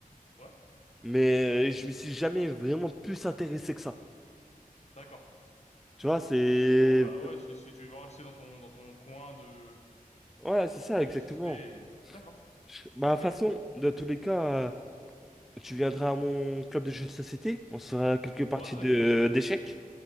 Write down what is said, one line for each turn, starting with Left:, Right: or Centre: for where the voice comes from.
Left: Ouais.
Centre: mais je me suis jamais vraiment plus intéressé que ça.
Left: D'accord.
Centre: Tu vois, c'est...
Left: Bon bah ouais, si, si tu vas rester dans ton dans ton coin de
Centre: ouais c'est
Left: de
Centre: ça, exactement.
Left: jeux de société, d'accord.
Centre: Je- Bah,
Left: Ok.
Centre: de toute façon, dans tous les cas, euh, tu viendras à mon club de jeux de société. On se fera quelques parties
Left: Ouais, avec
Centre: de
Left: plaisir.
Centre: d'échecs.